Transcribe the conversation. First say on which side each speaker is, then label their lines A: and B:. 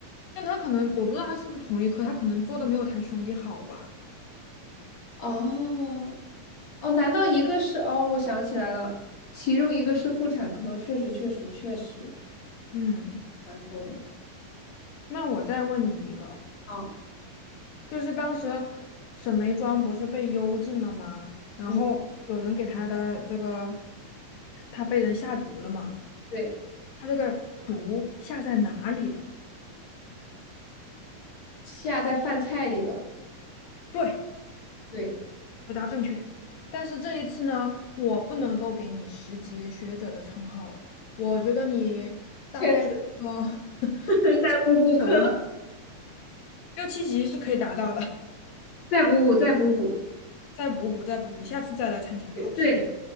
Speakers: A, on the left (about 80°); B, on the left (about 50°).
A: 但他可能我不知道他是不是同一科，他可能做的没有他兄弟好吧。
B: 哦哦，难道一个是？哦，我想起来了，其中一个是妇产科，确实确实确实，
A: 嗯，
B: 传说的。
A: 那我再问你一个，
B: 啊，
A: 就是当时沈眉庄不是被幽禁了吗？然后有人给他的这个，
B: 嗯，
A: 他被人下毒了吗？
B: 对，
A: 他这个毒下在哪里的？
B: 下在饭菜里了。
A: 对，
B: 对，
A: 回答正确，但是这一次呢，我不能够给你十级学者的称号了。我觉得你大概个
B: 确实
A: <laughs>
B: <laughs>
A: 六七级左右，
B: 再补补课，
A: 六七级是可以达到的。
B: 再补补，再补补。
A: 再补补，再补补，下次再来参加考试。
B: 对，